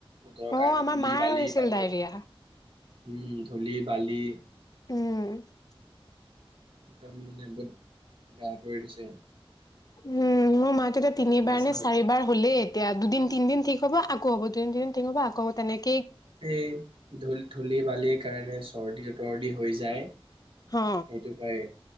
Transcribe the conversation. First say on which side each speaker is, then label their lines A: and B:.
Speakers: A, on the right; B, on the left.
A: বতৰৰ
B: অ
A: কাৰণে
B: আমাৰ
A: ধূলি-বালি
B: মাৰ হৈছিল
A: বাব
B: ডায়েৰিয়া
A: হুম ধূলি বালি
B: <unintelligible>
A: একদম মানে বত বেয়া কৰি দিছে।
B: উম মো মাত তেতিয়া তিনিবাৰ
A: গা চাবোৰ
B: নে চাৰিবাৰ হ'লে তেয়া দুদিন তিনদিন ঠিক হব আকৌ হব, দুদিন তিনদিন ঠিক হ'ব আক হ'ব তেনেক
A: এই ধূল ধূলি বালিৰ কাৰণে চো অৰ্দিটোত। তৰ্দি হৈ যায়,
B: অ
A: সেইটো হয়ে।